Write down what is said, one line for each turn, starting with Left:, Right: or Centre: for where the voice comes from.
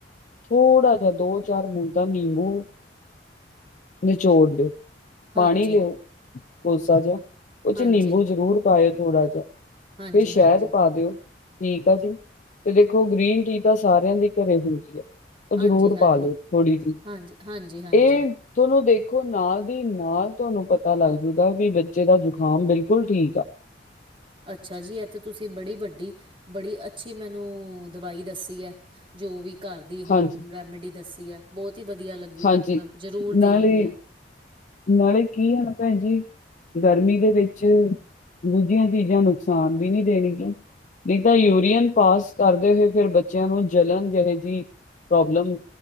Left: ਥੋੜ੍ਹਾ ਜਿਹਾ ਦੋ ਚਾਰ ਬੂੰਦਾਂ ਨਿੰਬੂ ਨਿਚੋੜ ਲਓ। ਪਾਣੀ
Right: ਹਾਂਜੀ
Left: ਲਿਓ ਕੋਸਾ ਜਿਹਾ ਉਹ ਚ
Right: ਹਾਂਜੀ
Left: ਨਿੰਬੂ ਜ਼ਰੂਰ ਪਾਇਓ ਥੋੜਾ ਜਿਹਾ।
Right: ਹਾਂਜੀ
Left: ਫੇਰ ਸ਼ਾਇਦ
Right: ਹਾਂਜੀ ਹਾਂਜੀ
Left: ਪਾ ਦਿਓ। ਠੀਕ ਆ ਜੀ ਤੇ ਦੇਖੋ ਗ੍ਰੀਨ ਟੀ ਤਾਂ ਸਾਰਿਆਂ ਦੇ ਘਰੇ ਹੁੰਦੀ ਐ। ਉਹ
Right: ਹਾਂਜੀ
Left: ਜ਼ਰੂਰ
Right: ਹਾਂਜੀ
Left: ਪਾ ਲਿਓ ਥੋੜ੍ਹੀ ਜਿਹੀ
Right: ਹਾਂਜੀ ਹਾਂਜੀ
Left: ਇਹ ਤੁਹਾਨੂੰ ਦੇਖੋ ਨਾਲ ਦੀ ਨਾਲ ਤੁਹਾਨੂੰ ਪਤਾ ਲੱਗ ਜੂਗਾ ਵੀ ਬੱਚੇ ਦਾ ਜੁਖਾਮ ਬਿਲਕੁਲ ਠੀਕ ਆ।
Right: ਅੱਛਾ ਜੀ ਇਹ ਤਾਂ ਤੁਸੀਂ ਬੜੀ ਵੱਡੀ ਬੜੀ ਅੱਛੀ ਮੈਨੂੰ ਦਵਾਈ ਦੱਸੀ ਹੈ। ਜੋ ਵੀ ਘਰ ਦੀ ਹੋਮ
Left: ਹਾਂਜੀ
Right: ਰੈਮਡੀ ਦੱਸੀ ਹੈ ਬਹੁਤ ਹੀ ਵਧੀਆ ਲੱਗੀ
Left: ਹਾਂਜੀ
Right: ਮੈਨੂੰ ਮੈਂ ਜ਼ਰੂਰ
Left: ਨਾਲੇ
Right: ਦਿਆਂਗੀ ਐ।
Left: ਨਾਲੇ ਕੀ ਹੈਨਾ ਭੈਣ ਜੀ ਗਰਮੀ ਦੇ ਵਿੱਚ ਦੂਜੀਆਂ ਚੀਜ਼ਾਂ ਨੁਕਸਾਨ ਵੀ ਨੀ ਦੇਣਗੀਆ। ਨਹੀਂ ਤਾਂ ਯੂਰੀਅਨ
Right: ਹਾਂ,
Left: ਪਾਸ ਕਰਦੇ ਹੋਏ ਫੇਰ ਬੱਚਿਆਂ ਨੂੰ ਜਲਣ ਜਹੀ ਪ੍ਰੋਬਲਮ